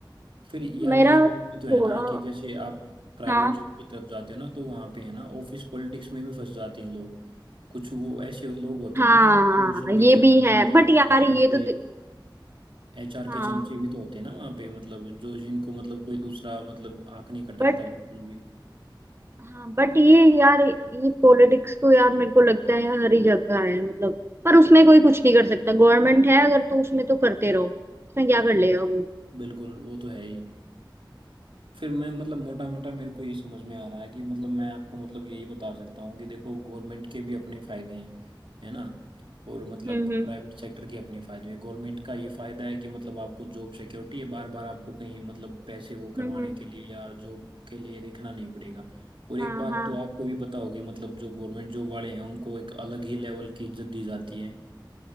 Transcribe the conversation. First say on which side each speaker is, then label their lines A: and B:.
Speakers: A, on the right; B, on the right.
A: फिर यार
B: मेरा
A: ये बात भी तो है
B: थोड़ा
A: ना कि जैसे आप प्राइवेट
B: हाँ हाँ
A: जॉब की तरफ जाते हो ना तो वहाँ पे है ना ऑफिस पॉलिटिक्स में भी फंस जाते हैं लोग कुछ वो ऐसे लोग होते
B: हाँ,
A: हैं ना जो प्रमोशन
B: ये
A: के चक्कर
B: भी है
A: में मतलब
B: बट यार
A: एचआर
B: ये
A: के
B: तो दि-
A: एचआर
B: हाँ
A: के चमचे भी तो होते हैं ना वहाँ पे मतलब जो जिनको मतलब कोई दूसरा मतलब आंख नहीं खटकता
B: बट
A: बिल्कुल भी
B: हाँ बट ये यार ये पॉलिटिक्स तो यार मेरे को लगता है हर ही जगह है मतलब पर उसमें कोई कुछ नहीं कर सकता गवर्नमेंट है अगर तो उसमें तो करते रहो उसमें क्या कर लेगा वो
A: बिल्कुल वो तो है ही फिर मैं मतलब मोटा मोटा मेरे को ये समझ में आ रहा है कि मतलब मैं आपको मतलब यही बता सकता हूँ कि देखो गवर्नमेंट के भी अपने फायदे हैं है ना और मतलब
B: हम्म हम्म
A: प्राइवेट सेक्टर के अपने फायदे हैं गवर्नमेंट का ये फायदा है कि मतलब आपको जॉब सिक्योरिटी है बार बार आपको कहीं मतलब पैसे वो करवाने
B: हम्म,
A: के लिए या जॉब के लिए देखना नहीं पड़ेगा और एक
B: हाँ
A: बात
B: हाँ
A: तो आपको भी पता होगी मतलब जो गवर्नमेंट जॉब वाले हैं उनको एक अलग ही लेवल की इज्जत दी जाती है